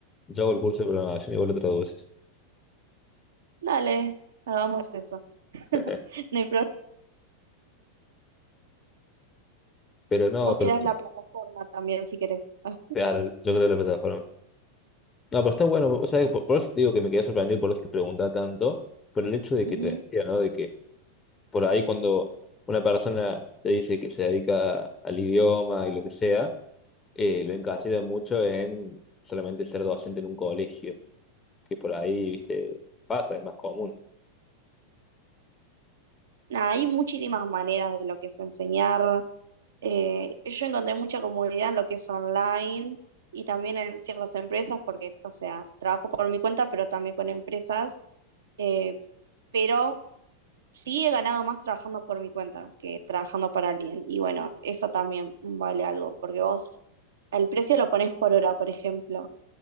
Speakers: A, on the left; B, on the right.
A: yo hago el curso de programación y vos lo traduces.
B: Dale, hagamos eso.
A: <laughs>
B: No hay problema.
A: Pero no,
B: Vos
A: pero
B: creás la plataforma también si querés. Ah.
A: claro, yo creo que la plataforma. No, pero está bueno, o sea, por, por eso te digo que me quedé sorprendido por eso te preguntaba tanto, por el hecho de
B: Ujú.
A: que te decía, ¿no? De que por ahí cuando una persona te dice que se dedica al idioma y lo que sea, eh, lo encasilla mucho en solamente ser docente en un colegio, que por ahí, viste, pasa, es más común.
B: Nada, hay muchísimas maneras de lo que es enseñar. Eh, yo encontré mucha comodidad en lo que es online y también en ciertas empresas, porque, o sea, trabajo por mi cuenta, pero también con empresas. eh, pero sí he ganado más trabajando por mi cuenta que trabajando para alguien. Y bueno, eso también vale algo, porque vos el precio lo ponés por hora, por ejemplo.